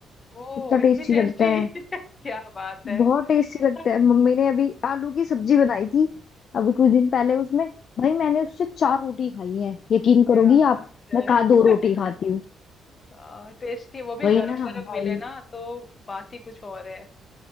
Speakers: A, on the left; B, on the left.
A: ओह
B: इतना
A: इतनी
B: टेस्टी
A: टेस्टी
B: लगता है
A: <laughs> क्या बात है
B: बहुत टेस्टी लगता
A: <laughs>
B: है मम्मी ने अभी आलू की सब्जी बनाई थी अभी कुछ दिन पहले उसमें भाई मैंने उससे चार रोटी खाई है यकीन करोगी
A: क्या बात
B: आप
A: है
B: मैं कहा दो रोटी
A: <laughs>
B: खाती हूँ
A: आ, टेस्टी वो भी
B: वही
A: गरम
B: ना
A: गरम
B: भाई
A: मिले ना तो बात ही कुछ और है